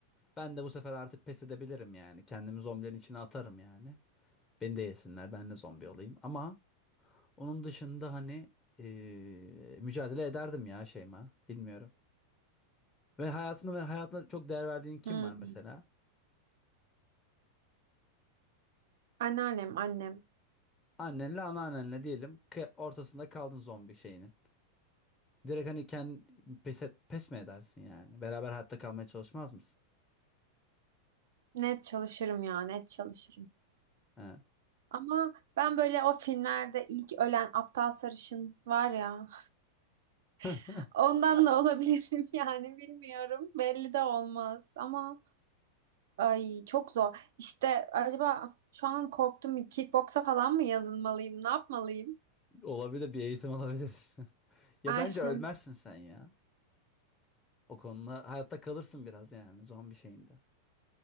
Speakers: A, on the left; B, on the right.
A: Ben de bu sefer artık pes edebilirim yani. Kendimi zombilerin içine atarım yani. Beni de yesinler, ben de zombi olayım. Ama onun dışında hani eee, mücadele ederdim ya Şeyma. Bilmiyorum. Ve hayatında ve hayatına çok değer verdiğin kim
B: Hı.
A: var mesela?
B: Anneannem, annem.
A: Annenle anneannenle diyelim ki ortasında kaldın zombi şeyinin. Direkt hani kendi pes, et- pes mi edersin yani? Beraber hayatta kalmaya çalışmaz mısın?
B: Net çalışırım ya, net çalışırım.
A: He.
B: Ama ben böyle o filmlerde ilk ölen aptal sarışın var ya,
A: <laughs>
B: <laughs> ondan da olabilirim <laughs> yani bilmiyorum. Belli de olmaz ama ay çok zor. İşte acaba şu an korktum bir kickboksa falan mı yazılmalıyım, ne yapmalıyım?
A: Olabilir bir eğitim olabilir. <laughs> Ya
B: <laughs> Aynen.
A: bence ölmezsin sen ya. O konuda hayatta kalırsın biraz yani zombi şeyinde.